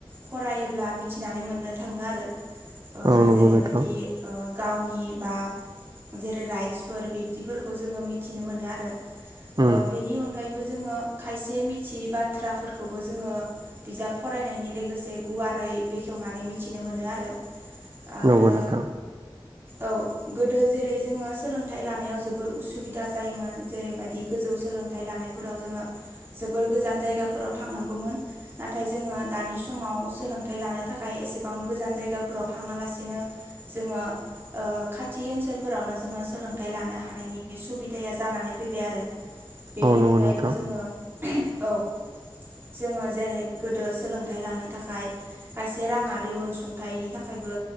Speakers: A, on the right; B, on the right.
A: फरायोब्ला मिथिनानै मोननो थाङो आरो ओ
B: औ नंगौ
A: जेरैबायदि
B: नोंथां
A: ओ गावनि बा जेरै राइट्सफोर बिब्दिफोरखौ जोङो मिथिनो मोनो आरो।
B: उम
A: ओ बेनि अनगायैबो जोङो खायसे मिथियै बाथ्राफोरखौबो जोङो बिजाब फरायनायनि लोगोसे गुवारै बेखेवनानै मिथिनो मोनो आरो। आरो
B: नंगौ नोंथां
A: औ गोदो जेरै जोङो सोलोंथाइ लानायाव जोबोर उसुबिदा जायोमोन जेरैबादि गोजौ सोलोंथाइ लानायफोराव जोङो जोबोर गोजान जायगाफोराव थांनांगौमोन। नाथाय जोङो दानि समाव सोलोंथाइ लानो थाखाय एसेबां गोजान जायगाफोराव थाङालासेनो जोङो ओ खाथि ओनसोलफोरावनो जोङो सोलोंथाइ लानो हानायनि सुबि दाया जानानै फैबाय आरो बेनि
B: औ नंगौ
A: अनगायैबो
B: नोंथां
A: जोङो औ जोङो जेरै गोदो सोलोंथाइ लानो थाखाय खायसे राङारि अनसुंथाइनि थाखायबो